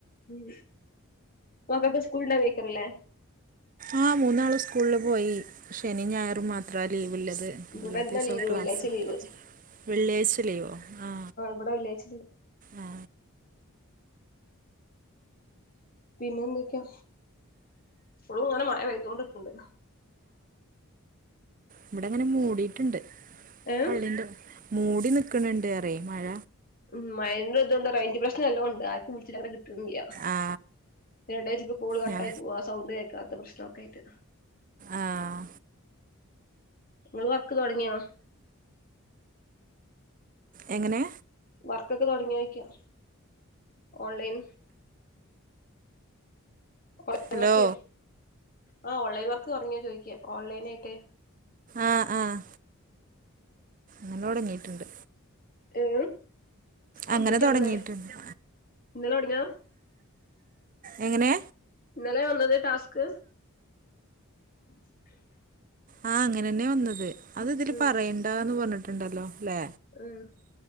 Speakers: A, on the left; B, on the right.
A: ഉം മക്കക്ക്‌ സ്കൂൾണ്ടാവെക്കാരം ല്ലേ
B: ആ മൂന്നാളും സ്കൂളിൽ പോയി ശനീം ഞായറും മാത്രാ ലീവ് ല്ലത്
A: ഇവിടെ
B: അല്ലാത്ത
A: ഇന്നാ
B: ദിസവൊക്കെ
A: ലീവ് വെള്ളിയാഴ്ച
B: ക്ലാസാ
A: ലീവ്
B: വെള്ളിയാഴ്ച ലീവോ ആ
A: ഇവടെ വെള്ളിയാഴ്ച ലീ
B: ആ
A: പിന്നെന്തൊക്കെയാ ഫുള്ളും ഇങ്ങനെ മഴ പെയ്തോണ്ട്ക്കണിണ്ട്.
B: ഇബടെ ങ്ങനെ മൂടിട്ടുണ്ട്
A: ഏഹ്
B: പള്ളിന്റെ ഏ മൂടി നിക്കണണ്ട്റൈ മഴ
A: ഉം മയെന്റെതൂണ്ട് റെയ്ഞ്ച് പ്രശ്നം നല്ലോംണ്ട് ആര്ക്കും വിൾച്ചിട്ടങ്ങട്ട് കിട്ട്ണില്ല്യാ
B: ആ
A: എടേച്ചിപ്പോ കോള് കട്ടായി
B: ഞാ
A: പോവാ സൗണ്ട് കേൾക്കാത്തെ പ്രശ്നക്കെ ആയിട്ട്
B: ആഹ്
A: ഇങ്ങള് വർക്ക് തൊടങ്ങിയോ?
B: എങ്ങനെ
A: വർക്കൊക്കെ തുടങ്ങിയോയ്ക്കാ ഓൺലൈൻ ഓൺലൈ
B: ഹലോ
A: വർക്ക് ആ ഓൺലൈൻ വർക്ക് തുങ്ങിയോ ചോയ്ക്ക ഓൺലൈൻ ആയിട്ട്
B: ആഹ് ആഹ് ന്നല്ലോടങ്ങീട്ടുണ്ട്
A: ഏ കംപ്ലീറ്റ്
B: അങ്ങനെ തുടങ്ങിയിട്ടുണ്ട്
A: ആവനായി ഇന്നലെ തൊടങ്യാ
B: എങ്ങനെ
A: ഇന്നലെ വന്നത് ടാസ്ക് <inaudible>
B: ആഹ് അങ്ങനെന്നെ വന്നത് അത് ഇതില്
A: ഉം
B: പറയണ്ടന്ന് പറഞ്ഞിട്ടുണ്ടല്ലോ ല്ലേ
A: ഉം